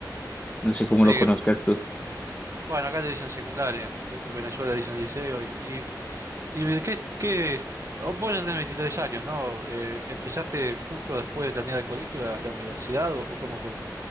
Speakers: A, on the left; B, on the right.
A: no sé cómo
B: Sí,
A: lo
B: que,
A: conozcas tú.
B: bueno, acá le dicen secundaria, ya que en Venezuela dicen liceo. ¿Y, y, y qué, qué- oh, Vos ya tenés 23 años, ¿no? Eh, ¿empezaste justo después de terminar el colegio, la, la universidad, o, o cómo fue?